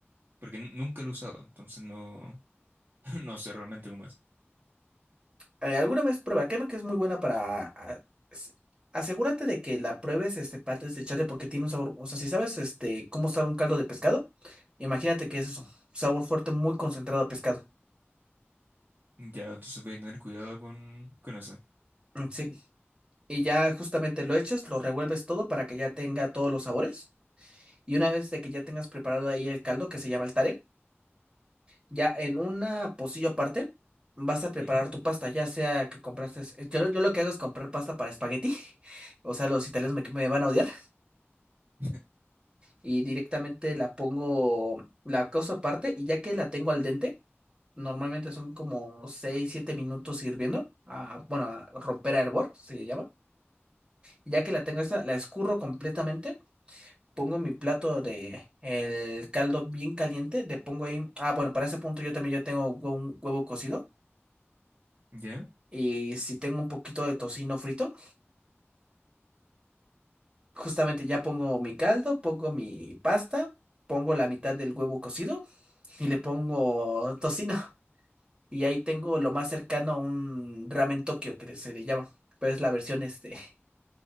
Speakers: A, on the right; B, on the right.
A: porque n- nunca la he usado, entonces no, <laughs> no sé realmente cómo es.
B: Eh, alguna vez prueba, créeme que es muy buena para... a- as- asegúrate de que la pruebes este, parte de echarle porque tiene un sabor, o sea, si sabes este, cómo sabe un caldo de pescado, imagínate que es eso, sabor fuerte muy concentrado a pescado.
A: Ya, entonces voy a tener cuidado con, con eso.
B: Mm, Sí, y ya justamente lo echas, lo revuelves todo para que ya tenga todos los sabores. Y una vez de que ya tengas preparado ahí el caldo que se llama el tare, ya en una pocillo aparte vas a preparar
A: Ujú.
B: tu pasta, ya sea que compraste, eh, yo, lo- yo lo que hago es comprar pasta para espagueti, <laughs> o sea, los italianos me, me van a odiar,
A: <laughs>
B: y directamente la pongo, la cosa aparte, y ya que la tengo al dente, normalmente son como 6 7 minutos hirviendo, a, bueno, a romper a hervor, se llama, ya que la tengo esa, la escurro completamente pongo mi plato de el caldo bien caliente, le pongo ahí, ah, bueno, para ese punto yo también ya tengo un huevo cocido
A: ¿Ya?
B: y si tengo un poquito de tocino frito, justamente ya pongo mi caldo, pongo mi pasta, pongo la mitad del huevo cocido y le pongo tocino <laughs> y ahí tengo lo más cercano a un ramen Tokio que se le llama, pero es la versión este <laughs>